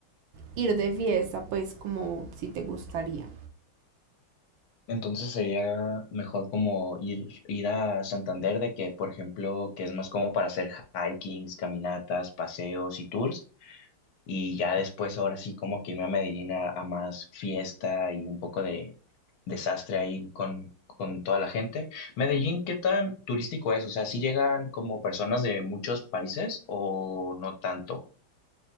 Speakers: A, on the right; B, on the left.
A: ir de fiesta pues como si te gustaría.
B: Entonces sería mejor como ir, ir a Santander de que, por ejemplo, que es más como para hacer hikings, caminatas, paseos y tours. Y ya después, ahora sí, como que irme a Medellín a, a más fiesta y un poco de desastre ahí con, con toda la gente. Medellín, ¿qué tan turístico es? O sea, ¿sí llegan como personas de muchos países o no tanto?